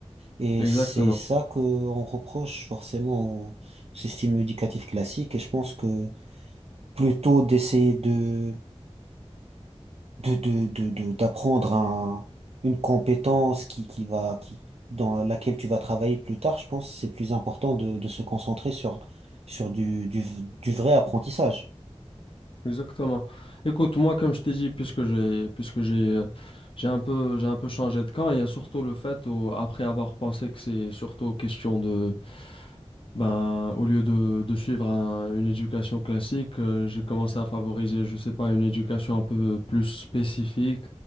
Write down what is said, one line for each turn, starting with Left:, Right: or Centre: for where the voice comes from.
Right: Et
Left: exactement,
Right: c'est ça que on reproche forcément au système éducatif classique. Et je pense que plutôt d'essayer de de, de, de, de- d'apprendre un, une compétence qui, qui va, qui, dans laquelle tu vas travailler plus tard, je pense, que c'est plus important de, de se concentrer sur, sur du, du, du vrai apprentissage.
Left: exactement. Écoute, moi, comme je t'ai dit, puisque j'ai, puisque j'ai, euh, j'ai un peu, j'ai un peu changé de camp, il y a surtout le fait, où, après avoir pensé que c'est surtout question de, Ben, au lieu de, de suivre un- une éducation classique, euh, j'ai commencé à favoriser, je sais pas, une éducation un peu plus spécifique